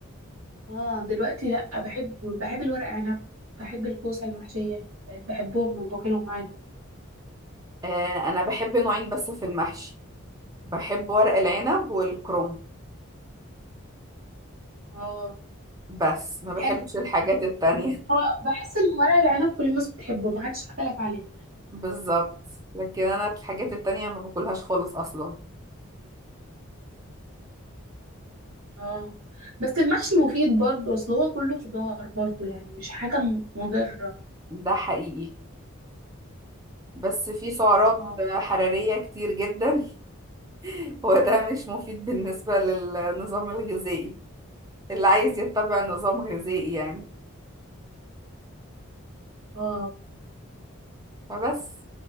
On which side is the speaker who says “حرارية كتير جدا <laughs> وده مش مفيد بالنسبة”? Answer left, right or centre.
Right